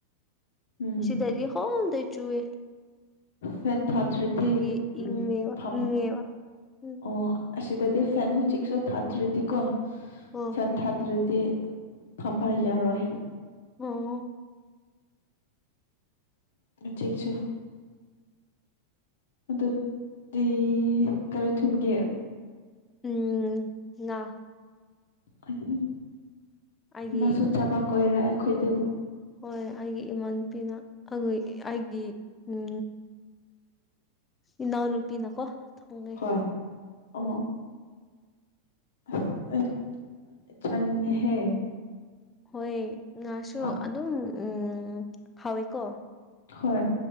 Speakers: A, on the left; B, on the left.
A: ꯎꯝ
B: ꯉꯁꯤꯗꯩꯗꯤ ꯍꯣꯜ ꯗꯦ ꯆꯨꯋꯦ
A: ꯐꯦꯟ ꯊꯥꯗ꯭ꯔꯗꯤ
B: ꯑꯗꯨꯒꯤ
A: ꯎꯝ
B: ꯏꯪꯉꯦꯕ
A: ꯐꯝ
B: ꯏꯪꯉꯦꯕ ꯎꯝ
A: ꯑꯣ ꯑꯁꯤꯗꯗꯤ ꯐꯦꯟ ꯍꯨꯖꯤꯛꯁꯨ ꯊꯥꯗ꯭ꯔꯤꯗꯤꯀꯣ
B: ꯑꯣ
A: ꯐꯦꯟ ꯊꯥꯗ꯭ꯔꯤ ꯇꯤ ꯐꯝꯕ ꯌꯥꯔꯣꯏ
B: ꯑꯣ
A: <unintelligible> ꯑꯗꯨ ꯗꯤ ꯀꯔꯤ ꯊꯨꯝꯒꯦ
B: ꯎꯝ ꯉꯥ
A: ꯑꯍꯤꯡ
B: ꯑꯩꯒꯤ
A: ꯅꯁꯨ ꯆꯥꯕ ꯀꯣꯏꯔꯦ ꯑꯩꯈꯣꯏꯗꯨ
B: ꯍꯣꯏ ꯑꯩꯒꯤ ꯏꯃꯥꯟꯅꯄꯤꯅ ꯑꯒꯨꯏ ꯑꯥꯏꯒꯤ ꯎꯝ ꯏꯅꯥꯎꯅꯨꯄꯤꯅꯀꯣ ꯊꯣꯡꯉꯦ
A: ꯍꯣꯏ ꯑꯣ
B: ꯎꯝ
A: <unintelligible> ꯆꯥꯅꯤꯡꯉꯦꯍꯦ
B: ꯍꯣꯏ ꯉꯥꯁꯨ
A: ꯑꯛ-
B: ꯑꯗꯨꯝ ꯎꯝ ꯍꯥꯎꯋꯦꯀꯣ
A: ꯍꯣꯏ